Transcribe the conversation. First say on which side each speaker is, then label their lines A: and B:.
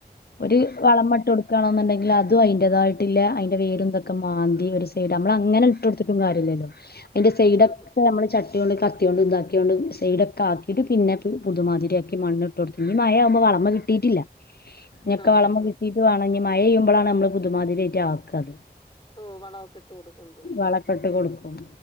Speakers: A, on the left; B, on the left.
A: ഒരു
B: ആ ഹാ
A: വളം മട്ട് കൊടുക്കണെന്നുണ്ടെങ്കിൽ അതും അയി ന്റെതായിട്ട്ല്ല അയിന്റെ വേരും തൊ ക്കെ മാന്തി ഒരു സൈഡ് നമ്മൾ അങ്ങനെ ഇട്ട് കൊടുത്തിട്ടും കാര്യല്ലല്ലോ അയാന്റെ സൈഡൊക്കെ
B: ആ ഹാ
A: നമ്മള് ട്ടി യോണ്ട് കത്തിയൊണ്ട് താ ക്യോണ്ട് സൈഡൊക്കെ ആക്കിയിട്ട് പിന്നെ പുതുമാതിരിയാക്കി മണ്ണ് ട്ടൊട്ത്ത് ഇഞ് മഴവുമ്പോ വളമ കിട്ടിയിട്ടില്ല ഞക്കെ
B: ആ
A: വളമ്മ
B: ഹാ ഹാ
A: കിട്ടീട്ട് വാണം ഇഞ് മഴയ്യുമ്പളാണ് നമ്മള് പുതുമാതിരി ആയിട്ട് ആക്ക ത്
B: ഓ വള വൊക്കെ ഇട്ട് കൊടുക്കുന്നത്
A: വളക്കെട്ട് കൊടുക്കും